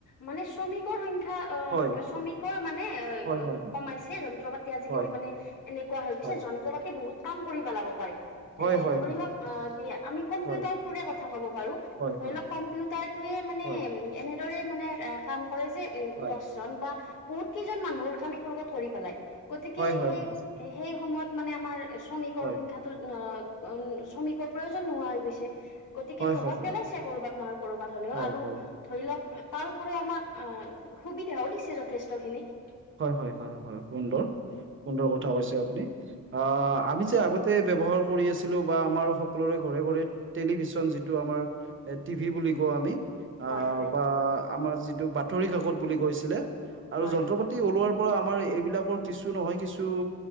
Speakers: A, on the left (about 70°); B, on the right (about 40°).
A: মানে শ্ৰমিকৰ সংখ্যা অ
B: হয়
A: শ্ৰমিকৰ মানে-
B: হয় হয়
A: কমাইছে যন্ত্ৰ পাতি আজিকালি
B: হয়
A: মানে এনেকুৱা হৈ গৈছে
B: হয়
A: যন্ত্ৰ পাতি বহুত কাম কৰি পেলাব পাৰি -
B: হয়
A: এ
B: হয়
A: ধৰি লওক অ কি আমি
B: হয়
A: কম্পিউটাৰ টোৰে কথা ক'ব পাৰোঁ -
B: হয়
A: ধৰি
B: হয়
A: লওক কম্পিউটাৰটয়ে মানে
B: হয়
A: উ এনেদৰে মানে কাম- কৰে যে এ
B: হয়
A: দহজন বা বহুত কেইজন মানুহৰ কাম এক লগত কৰি পেলাই- গতিকে
B: হয় হয় হয়
A: সেই
B: হয় হয়
A: সেই সময়ত মানে আমাৰ শ্ৰমিকৰ
B: হয়
A: সংখ্যাটো অ- উ শ্ৰমিকৰ প্ৰয়োজন নোহোৱা হৈ গৈছে গতিকে
B: হয়
A: প্ৰভাৱ।
B: হয় হয় হয় হয় হয়
A: পেলাইছে কৰবাত নহয় কৰবাত হলেও আৰু
B: হয় হয়
A: ধৰি লওক তাৰ উপৰিও আমাক অ সুবিধাও দিছে যথেষ্টখিনিক-
B: হয় হয় হয় হয় সুন্দৰ সুন্দৰ কথা কৈছে আপুনি- অ আমি
A: হয়
B: যে আগতে ব্যৱহাৰ- কৰি আছিলোঁ বা আমাৰ সকলোৰে ঘৰে ঘৰে টেলিভিশন যিটো আমাৰ টিভি বুলি কওঁ আমি- আহ
A: হয় হয়
B: বা আমাৰ যিটো বাতৰি কাকত বুলি কৈছিলে আৰু
A: হয়
B: যন্ত্ৰ পাতি- পৰা আমাৰ এইবিলাকৰ কিছু নহয় কিছু